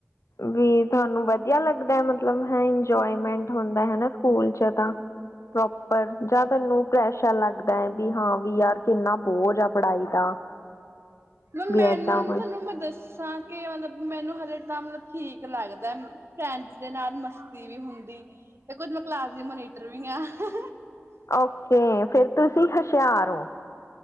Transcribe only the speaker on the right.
ਮੈਡਮ
ਮੈਨੂੰ
ਨਾ ਤੁਹਾਨੂੰ ਮੈਂ ਦੱਸਾਂ ਕੇ ਮਤਲਬ ਮੈਨੂੰ ਹਰੇ ਤਾਂ ਮਤਲਬ ਠੀਕ ਲੱਗਦਾ ਫਰੈਂਡਸ ਦੇ ਨਾਲ ਮਸਤੀ ਵੀ ਹੁੰਦੀ ਤੇ ਕੁੱਝ ਮੈਂ ਕਲਾਸ ਦੇ ਮੋਨੀਟਰ ਵੀ ਹਾਂ ਹ